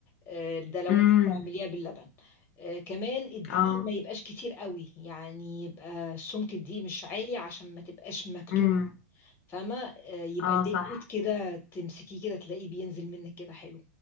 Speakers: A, on the left (about 25°); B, on the left (about 55°).
A: آه، ده لو
B: امم
A: انت هتعمليها باللبن آه، كمان الدقيق
B: اه
A: ما يبقاش كتير قوي يعني يبقى سمك الدقيق مش عالي عشان ما تبقاش مكتومة
B: امم
A: فاهمة آه، يبقى
B: اه
A: الليكويد
B: صح
A: كده تمسكيه كده تلاقيه بينزل منك كده حلو